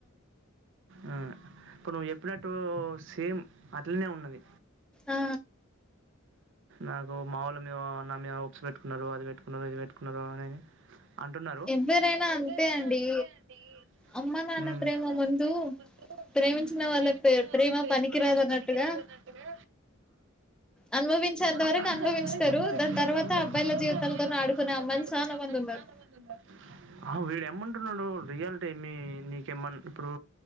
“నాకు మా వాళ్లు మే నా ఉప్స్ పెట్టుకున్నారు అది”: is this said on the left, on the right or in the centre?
Right